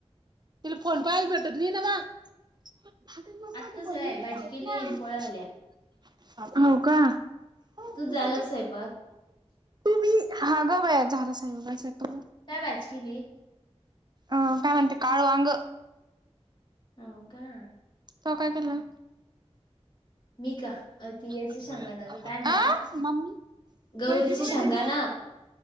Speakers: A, on the right (about 40°); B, on the left (about 45°).
A: तिला फोन पाहायला, भेटत नाही ना मग. <unintelligible>
B: आत्ताच आहे भाजी केली आणि पोळ्या झाल्या.
A: हो का? तु
B: तुझ झालं का स्वयंपाक?
A: बी. हा, गं बया झाला सायंकाळचा स्वयंपाक करून.
B: काय भाजी केली?
A: अं काय म्हते, काळं वांगं.
B: हो का?
A: त्वा काय केलेला?
B: मी का ती याची
A: अं?
B: शेंगाना ग काय म्हणता त्याला
A: मम्मी.
B: गौरीची
A: कैची कुठे
B: शेंगाना
A: दीदे?